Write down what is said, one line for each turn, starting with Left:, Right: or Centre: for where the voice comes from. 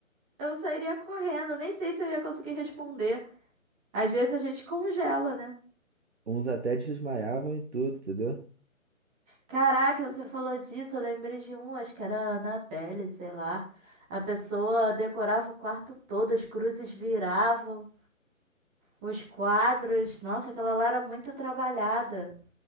Centre: eu sairia correndo, nem sei se eu ia conseguir responder. Às vezes a gente congela, né?
Right: Uns até desmaiavam e tudo, entendeu?
Centre: Caraca, você falou disso, eu lembrei de um, acho que era a Annabelle, sei lá. A pessoa decorava o quarto todo, as cruzes viravam, os quadros. Nossa, aquela lá era muito trabalhada.